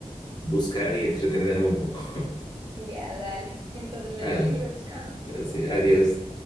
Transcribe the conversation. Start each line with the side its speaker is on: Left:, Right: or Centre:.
Left: buscar y entretenerme un poco.
Right: Ya, dale. Entonces
Left: <laughs>
Right: me
Left: Al,
Right: despido, chao.
Left: sí, adiós.